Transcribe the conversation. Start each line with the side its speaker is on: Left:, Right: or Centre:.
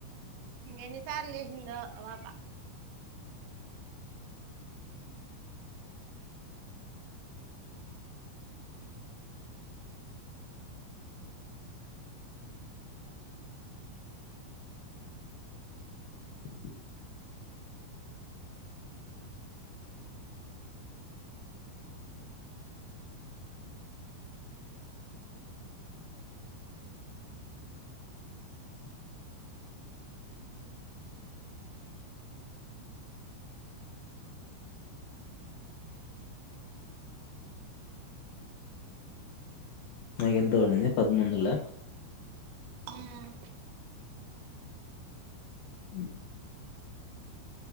Right: ఎన్ని సార్లు చేసిందో ఆ పాప
Left: <inaudible> నాకెంతవడింది పదముడువందల
Right: పాప
Left: హు